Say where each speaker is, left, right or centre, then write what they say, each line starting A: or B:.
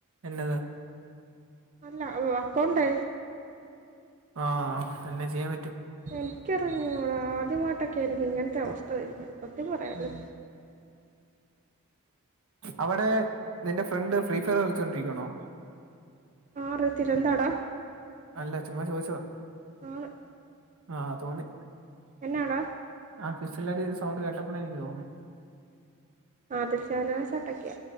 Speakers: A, on the right; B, on the right.
A: എന്നത്
B: അല്ല അക്കോണ്ട്
A: ആഹ് എന്ന ചെയ്യാൻ പറ്റും
B: എനിക്കറിഞ്ഞൂടാ ആദ്യമായിട്ടൊക്കെ എനിക്ക് ഇങ്ങനത്തെ അവസ്ഥ വരുന്നെ സത്യം പറയല്ലോ
A: ഉം അവിടെ നിന്റെ ഫ്രണ്ട് ഫ്രീ ഫയർ കളിച്ചൊണ്ടിരിക്കണോ
B: ആഹ് അറിയത്തില്ല എന്താടാ?
A: അല്ല ചുമ്മാ ചോദിച്ചതാ
B: ആണ്
A: ആഹാ തോന്നി.
B: എന്നാടാ?
A: ആഹ് ഫിസ്ലെടി സൗണ്ട് കേട്ടപ്പളേ ഇൻക്ക് തോന്നി.
B: ആദൽശാനവാസട്ടക്കെയ